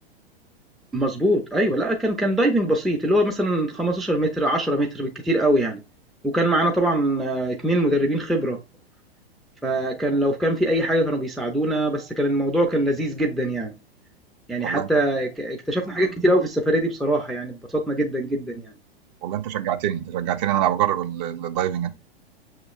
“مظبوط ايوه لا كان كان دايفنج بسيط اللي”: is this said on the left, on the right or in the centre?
Centre